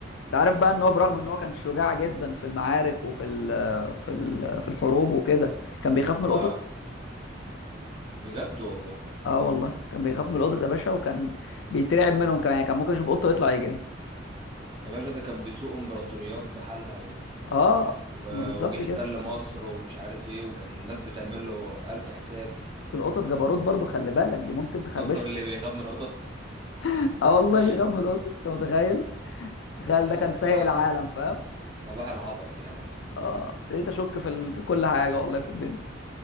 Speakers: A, on the left; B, on the right.
A: انت عارف بقى ان هو برغم ان هو كان شجاع جدا في المعارك وفي ال في ال في الحروب وكده كان بيخاف من القطط
B: اه بجد والله
A: اه والله كان بيخاف من القطط يا باشا وكان بيترعب منهم كان يعني كان ممكن يشوف قطه يطلع يجري
B: يا باشا ده كان بيسوق امبراطوريات بحالها و...
A: اه
B: و...
A: ما بالظبط
B: وجه احتل
A: كده
B: مصر ومش عارف ايه وكان الناس بتعمل له الف حساب
A: بس القطط جبروت برضو خلي بالك دي ممكن تخربشها
B: <laughs> اللي بيخاف من القطط
A: <laughs> اه والله
B: <laughs>
A: بيخاف من القطط انت متخيل تخيل
B: ده
A: ده كان سايق
B: صباح
A: العالم فاهم
B: صباح العبط يعني
A: اه ابتديت اشك في ال... في كل حاجه والله في الدنيا